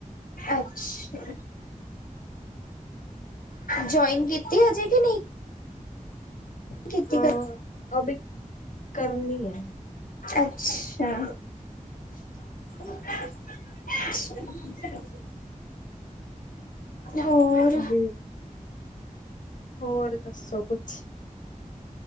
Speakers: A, on the left (about 85°); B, on the left (about 65°).
A: ਅੱਛਾ ਜੁਆਇਨ ਕੀਤੀ ਹਜੇ ਕਿ ਨਹੀਂ ਕਿ
B: ਅ
A: ਕੀਤੀ ਕਰ
B: ਅਭੀ ਕਰਨੀ ਹੈ
A: ਅੱਛਾ ਅੱਛ <unintelligible> ਹੋਰ
B: ਵੀ ਹੋਰ ਦੱਸੋ ਕੁਛ